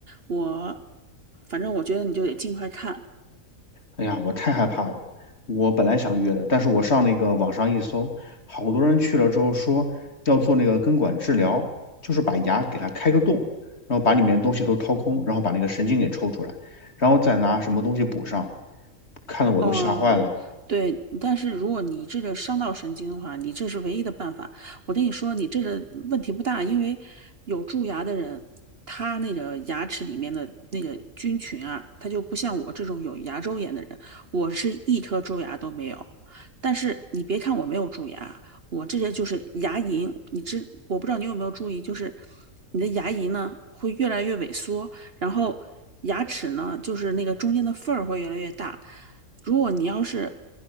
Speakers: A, on the right (about 45°); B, on the left (about 50°).
A: 我反正我觉得你就得尽快看。
B: 哎呀，我太害怕了。我本来想约的，但是我上那个网上一搜，好多人去了之后说要做那个根管治疗，就是把牙给它开个洞，然后把里面的东西都掏空，然后把那个神经给抽出来，然后再拿什么东西补上，看得我都吓坏了。
A: 哦，对，但是如果你这个伤到神经的话，你这是唯一的办法。我跟你说，你这个问题不大，因为有蛀牙的人，他那个牙齿里面的那个菌群啊，他就不像我这种有牙周炎的人，我是一颗蛀牙都没有。但是你别看我没有蛀牙，我这个就是牙龈，你知，我不知道你有没有注意，就是你的牙龈呢会越来越萎缩，然后牙齿呢就是那个中间的缝儿会越来越大。如果你要是